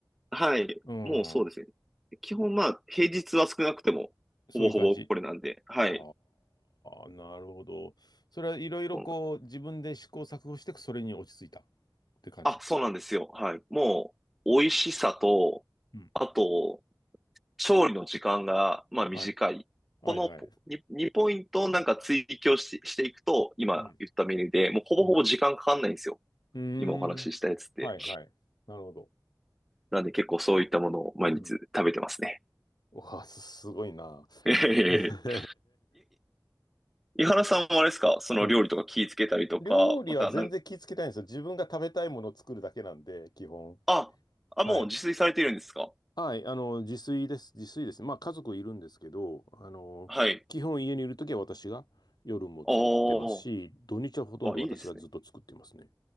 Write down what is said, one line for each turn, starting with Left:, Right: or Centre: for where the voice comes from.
Centre: はい。
Left: うん、
Centre: もうそうですね。基本まあ、平日は少なくても、
Left: そういう感じ。
Centre: ほぼほぼこれなんで、はい。
Left: ああ、なるほど。それはいろいろこう自分で試行錯誤してそれに落ち着いたっ
Centre: そうなん
Left: て感じ。
Centre: あ、そうなんですよ。はい。もう、美味しさと、
Left: うん。
Centre: あと、調理の時間が、まあ、短い。
Left: はい。はいはい。
Centre: このポ 2, 2ポイントをなんか追求し、していくと、今言ったメニューで、
Left: うん。
Centre: もうほぼほぼ時間かかんないんですよ。
Left: うん。うーん。
Centre: 今お話ししたやつって。
Left: はいはい。なるほど。
Centre: なんで結構そういったものを毎日食べてますね。
Left: うんうわ、す、すごいな。
Centre: <laughs> ええ。
Left: <laughs>
Centre: 井原さんもあれですかその料理とか気ぃつけたりとか、
Left: うん。料理は全然気ぃつけないんですよ。
Centre: またなんか、
Left: 自分が食べたいものを作るだけなんで、基本。
Centre: あ、あ、
Left: はい。
Centre: もう自炊されてるんですか
Left: はい。あの、自炊です。自炊ですね。まあ、家族いるんですけど、あの、
Centre: はい。
Left: 基本家にいるときは私が夜も作ってますし、
Centre: あ
Left: 土日はほとんど私がずっと作ってますね。
Centre: あ、あ、いいですね。